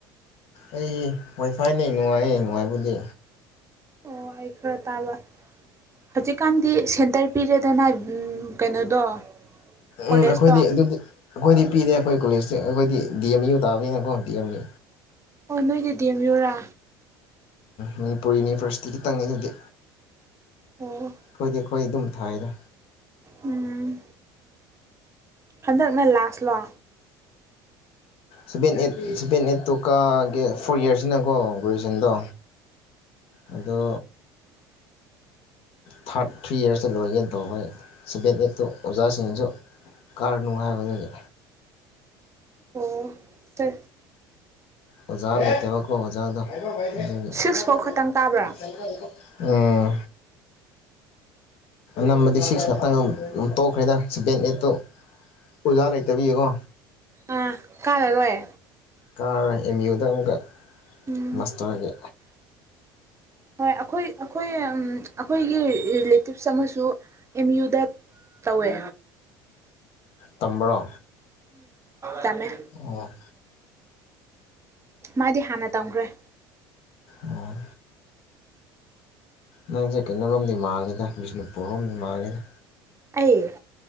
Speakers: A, on the left; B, on the right.
A: ꯑꯩ ꯋꯥꯏꯐꯥꯏꯅꯦ ꯅꯨꯡꯉꯥꯏꯌꯦ ꯅꯨꯡꯉꯥꯏꯕꯨꯗꯤ
B: ꯑꯣ ꯈꯔ ꯇꯥꯕ ꯍꯧꯖꯤꯛꯀꯥꯟꯗꯤ ꯁꯦꯟꯇꯔ ꯄꯤꯔꯦꯗꯅ ꯀꯩꯅꯣꯗꯣ ꯀꯣꯂꯦꯖꯇꯣ
A: ꯎꯝ ꯑꯩꯈꯣꯏꯗꯤ ꯑꯗꯨꯗꯤ ꯑꯩꯈꯣꯏꯗꯤ ꯄꯤꯔꯦ ꯑꯩꯈꯣꯏ ꯀꯣꯂꯦꯖꯇ ꯑꯩꯈꯣꯏꯗꯤ ꯗꯤꯌꯥꯃꯤ ꯀꯇꯥꯕꯅꯤ ꯑꯒꯣꯟꯃꯤ
B: ꯑꯣ ꯅꯣꯏꯗꯗꯤꯦꯝ ꯌꯨꯔꯥ
A: ꯃꯅꯤꯄꯨꯔ ꯌꯨꯅꯤꯚꯔꯁꯤꯇꯤ ꯇꯪꯅꯤ ꯑꯗꯨꯗꯤ
B: ꯑꯣ
A: ꯈꯣꯏꯗꯩꯩ ꯑꯩꯈꯣꯏ ꯑꯗꯨꯝ ꯊꯥꯏꯗ
B: ꯎꯝ ꯍꯟꯗꯛꯅ ꯂꯥꯁꯂꯣ
A: ꯁꯤꯕꯦꯟ ꯑꯦ ꯁꯤꯕꯦꯟ ꯑꯦꯠ ꯇꯣꯛꯀꯦ ꯐꯣꯔ ꯏꯌꯥꯔꯁꯁꯤꯅꯀꯣ ꯒ꯭ꯔꯦꯖꯨꯋꯌꯦꯁꯟꯗꯣ ꯑꯗꯣ ꯊꯥꯔꯠ ꯊ꯭ꯔꯤ ꯏꯔꯁꯇ ꯂꯣꯏꯒꯦꯅ ꯇꯧꯕꯩ ꯁꯤꯕꯦꯠꯂꯇꯣ ꯑꯣꯖꯁꯤꯡꯁꯨ ꯀꯥꯔ ꯅꯨꯡꯉꯥꯏꯕꯗꯨꯗꯤ
B: ꯑꯣ ꯐ
A: ꯑꯣꯖꯥꯗ ꯂꯩꯠꯇꯦꯕꯀꯣ ꯑꯣꯖꯥꯗꯣ <unintelligible>
B: ꯁꯤꯛꯁ ꯐꯥꯎ ꯈꯛꯇꯪ ꯀꯥꯕ꯭ꯔꯥ
A: ꯎꯝ ꯅꯝꯕꯗꯤ ꯁꯤꯛꯁ ꯈꯛꯇꯪ ꯇꯣꯛꯈ꯭ꯔꯦꯗ ꯁꯕꯦꯟ ꯑꯦꯠꯇꯨ ꯑꯣꯖꯥ ꯂꯩꯇꯕꯤꯌꯦꯀꯣ
B: ꯑꯥ ꯀꯥꯔꯔꯣꯏ
A: ꯀꯥ ꯑꯦꯝ ꯌꯨꯗ ꯑꯃꯨꯛꯀ
B: ꯎꯝ
A: ꯃꯥꯁꯇꯔꯒꯤ
B: ꯍꯣꯏ ꯑꯩꯈꯣꯏ ꯑꯩꯈꯣꯏ ꯑꯩꯈꯣꯏꯒꯤ ꯔꯤꯂꯦꯇꯤꯞꯁ ꯑꯃꯁꯨ ꯑꯦꯝ ꯌꯨꯗ ꯇꯧꯋꯦ
A: ꯇꯝꯕ꯭ꯔꯣ
B: ꯇꯃꯦ
A: ꯑꯣ
B: ꯃꯥꯗꯤ ꯍꯥꯟꯅ ꯇꯝꯈ꯭ꯔꯦ
A: ꯑꯣ ꯅꯪꯁꯦ ꯀꯩꯅꯣꯔꯣꯝꯗꯤ ꯃꯥꯜꯂꯤꯦꯗ ꯕꯤꯁꯅꯨꯄꯨꯔ ꯔꯣꯝ ꯏꯃꯥꯡꯉꯦꯅ
B: ꯑꯩꯌꯦ